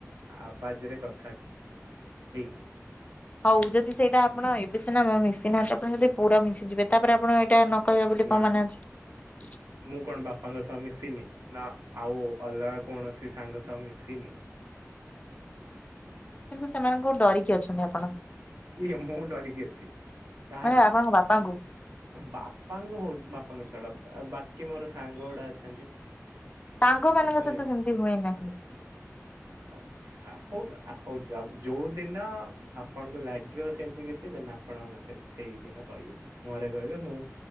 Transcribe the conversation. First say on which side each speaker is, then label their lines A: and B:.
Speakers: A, on the right; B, on the left.
A: ଆବାଜରେ କଥା ହେଇନି
B: ହଉ ଯଦି ସେଇଟା ଆପଣ ଏବେ ସିନା ମିଶିନାହା ଆପଣ ଯଦି ପୁରା ମିଶିଯିବେ ତାପରେ ଆପଣ ତା ନ କହିବା ବୋଲି କଣ
A: ନା
B: ମାନେ ଅଛି
A: ମୁଁ କଣ ବାପାଙ୍କ ସହ ମିଶିନି ନା ଆଉ ଅଲଗା କୌଣସି ସେ ସାଙ୍ଗ ସହ ମିଶିନି
B: କିନ୍ତୁ ସେମାନଙ୍କୁ ଡରିକି ଅଛନ୍ତି ଆପଣ
A: କିଏ ମୁଁ ଡରିକି ଅଛି କାହାଠୁ
B: ମାନେ ଆପଣଙ୍କ ବାପାଙ୍କୁ
A: ଆ ବାପାଙ୍କ ହଉ ବାପା ବାପାଙ୍କ ଛଡା ଆଉ ବାକି ମୋର ସାଙ୍ଗ ଗୁଡା ଅଛନ୍ତି
B: ସାଙ୍ଗ ମାନଙ୍କ
A: ଆଛା
B: ସହିତ ସେମିତି ହୁଏ ନାହିଁ।
A: ଆଛା ହଉ ହଉ ଯାଉ ଯୋଉ ଦିନ ଆପଣଙ୍କୁ ଲାଗ ଆ ସେମିତି କିଛି ଦେ ଆପଣ ମତେ ସେଇଦିନ କହିବେ ମୋରେ କହିବେ ମୁଁ